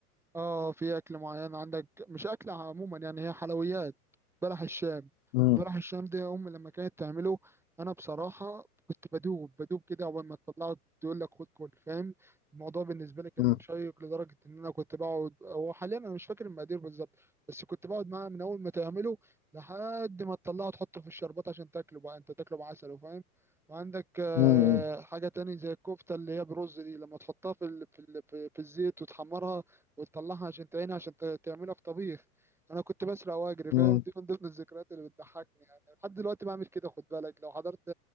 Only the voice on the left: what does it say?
مم.
مم.
مم.
مم.